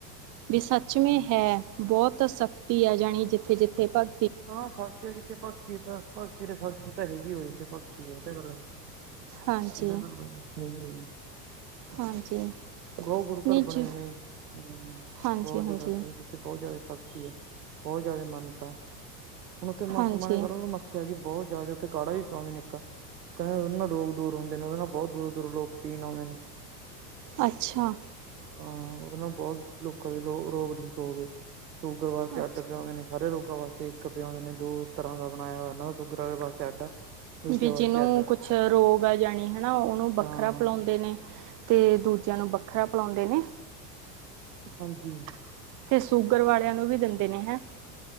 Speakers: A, on the right (about 40°); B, on the right (about 80°).
A: ਵੀ ਸੱਚ
B: ਹੂੰ।
A: ਮੇਂ ਹੈ ਬੋਹਤ ਸ਼ਖਤੀ ਹੈ ਜਾਣੀ ਜਿੱਥੇ-ਜਿੱਥੇ ਪਗ
B: ਹਾਂ ਸਚ ਐ ਕਿਥੇ ਪਗਤੀ ਤਾਂ ਪਗ ਤੇਰੇ ਸਖਤ ਤਾਂ ਹੈਗੀ ਹੋਏ ਇੱਥੇ ਪਗਤੀ ਹੈ ਇਹ ਤਾਂ ਗੱਲ ਐ
A: ਹਾਂਜੀ
B: ਇਹਦਾ ਗੱਲੋ ਹਾਂਜੀ
A: ਹਾਂਜੀ
B: ਬਹੁ ਗੁਰੂ
A: ਨਹੀਂ
B: ਘਰ
A: ਜੀ
B: ਬਣੇ ਹੋਏ ਨੇ। ਹੂੰ
A: ਹਾਂਜੀ
B: ਬੋ
A: ਹਾਂਜੀ
B: ਜਿਆਦਾ ਇਥੇ ਜਿੱਥੇ ਬਹੁਤ ਜਿਆਦਾ ਸਖਤੀ ਹੈ ਬੋ ਜ਼ਿਆਦਾ ਮਨਤਾ। ਹੁਣ ਉੱਥੇ ਮਤ
A: ਹਾਂਜੀ
B: ਮਾ ਕ ਮੱਸਿਆ ਹੈਗੀ ਬਹੁਤ ਜ਼ਿਆ ਉੱਥ ਕਾੜਾ ਵੀ ਪਿਆਉਂਦੇ ਨੇ ਇੱਕ ਪੈ ਉਦੇ ਨਾਲ ਰੋਗ ਦੂਰ ਹੁੰਦੇ ਨੇ। ਉਹਦੇ ਨਾਲ ਬੋਤ ਦੂਰੋਂ-ਦੂਰੋ ਲੋਗ ਪੀਣ ਆਊਂਦੇ ਨੇ।
A: ਅੱਛਾ।
B: ਹਾਂ ਉਦੇ ਨਾਲ ਬੋਤ ਲੋਕਾਂ ਦੇ ਲੋ ਰੋਗ ਠੀਕ ਹੋਗੇ। ਸੂਗਰ ਵਾਸਤੇ
A: ਅੱਛਾ
B: ਅੱਡ ਪਿਆਉਂਦੇ ਨੇ, ਸਾਰੇ ਰੋਗਾਂ ਵਾਸ ਤੇ ਇੱਕ ਪਿਉਦੇ ਨੇ, ਦੋ ਤਰ੍ਹਾਂ ਦਾ ਬਣਾਇਆ ਹੋਇਆ ਇਹਨਾਂ ਦਾ ਸੁਗਰ ਵਾਲੇ ਪਾਸੇ ਅੱਡ। ਦੂਜਿਆਂ
A: ਵੀ
B: ਵਾਸਤੇ
A: ਜਿਹਨੂੰ
B: ਅੱਡ ਆ
A: ਕੁਛ ਰੋਗ ਆ ਯਾਣੀ ਹੈਨਾ, ਉਨੂੰ ਵੱਖਰਾ
B: ਹਾਂ
A: ਪਿਲਾਉਂਦੇ ਨੇ। ਤੇ ਦੂਜਿਆਂ ਨੂੰ ਵੱਖਰਾ ਪਿਲੋਂਦੇ ਨੇ।
B: ਹਾਂਜੀ।
A: ਤੇ ਸ਼ੂਗਰ ਵਾਲਿਆਂ ਨੂੰ ਵੀ ਦਿੰਦੇ ਨੇ ਹੈ